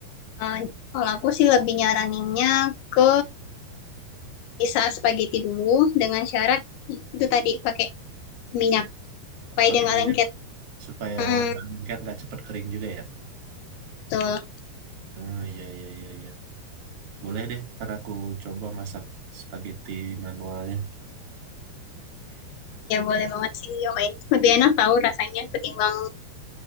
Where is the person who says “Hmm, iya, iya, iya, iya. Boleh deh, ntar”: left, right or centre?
Right